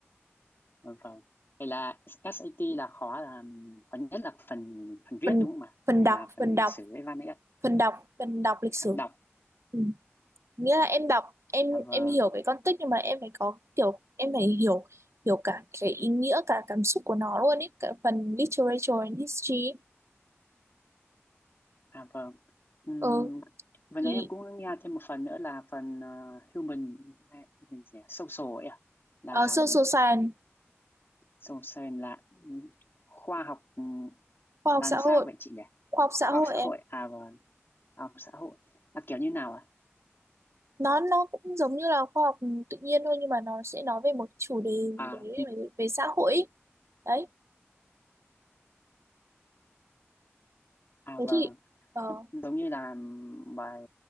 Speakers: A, on the left; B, on the right.
A: vâng vâng vậy là SAT là khó là khó nhất là phần phần viết
B: phần
A: đúng không ạ
B: phần
A: như
B: đọc
A: là phần
B: phần đọc
A: lịch sử với văn ấy ạ.
B: phần đọc phần đọc lịch sử
A: phần đọc
B: ừ. nghĩa là em đọc em
A: à vâng
B: em hiểu cái con tích nhưng mà em phải có kiểu em phải hiểu hiểu cả cái ý nghĩa cả cảm xúc của nó luôn ấy cả phần literature and history ấy.
A: à vâng Ừm,
B: ừ
A: vừa nãy
B: thì
A: em cũng nghe thêm một phần nữa là phần ờ, human hay- gì nhỉ? social ấy ạ. là
B: ờ, social science
A: Social Science là ừ, khoa học ừ,
B: khoa học
A: là
B: xã
A: làm sao
B: hội
A: vậy chị nhỉ?
B: khoa học xã
A: Khoa
B: hội
A: học xã
B: em
A: hội à vâng, khoa học xã hội là kiểu như nào à?
B: nó nó cũng giống như là khoa học tự nhiên thôi nhưng mà nó sẽ nói về một chủ đề
A: À
B: gì đấy về, về xã hội ấy. đấy
A: à
B: thế
A: vâng,
B: thì ờ,
A: giống như là bài